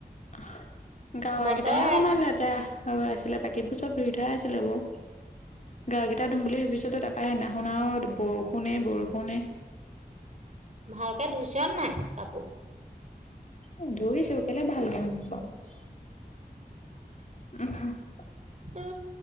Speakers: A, on the left; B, on the right.
A: <unintelligible> গাঁৱৰ
B: বতৰ
A: গিটাহে অকমান
B: অ'
A: লেতেয়া। অ আছিলে বাকীবোৰ চব ধুই থোৱাই আছিলে বাও। গা কেইটা ধুম বুলি ভাবিছ তই তাত। পায় নাশুন আও বৰষুণে বৰষুণে।
B: ভালকে ধুইচ নাই কাপোৰ।
A: এ ধুইচো কেলে ভালকে নুধুম বাও। <unintelligible>
B: উ